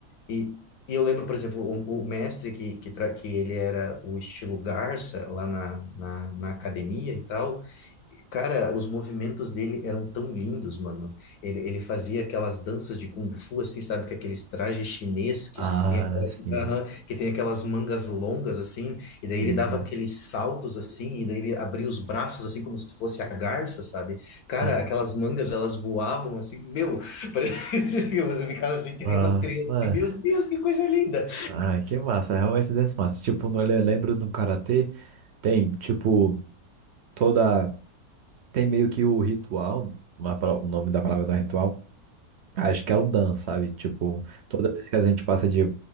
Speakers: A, on the left; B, on the right.
A: E, e eu lembro, por exemplo, o, o mestre que, que, tra- que ele era o estilo Garça lá na, na, na academia e tal, Cara, os movimentos dele eram tão lindos, mano. Ele, ele fazia aquelas danças de kung fu, assim, sabe? Com aqueles trajes chineses que,
B: Ah,
A: que tem aquelas,
B: sim.
A: <laughs> aham, que tem aquelas mangas longas, assim. E daí
B: Uhum.
A: ele dava aqueles saltos, assim. E daí ele abria os braços, assim, como se fosse a garça, sabe?
B: Sim.
A: Cara, aquelas mangas, elas voavam, assim. Meu, <laughs> parecia que você ficava assim, que
B: Nossa,
A: nem uma criança.
B: é.
A: Assim, meu Deus, que coisa linda!
B: Ah, que massa, realmente desse massa. Tipo, no- eu lembro do karatê, tem, tipo, toda. Tem meio que o ritual, uma pala- o nome da palavra não é ritual, acho que é o dan, sabe? Tipo, toda vez que a gente passa de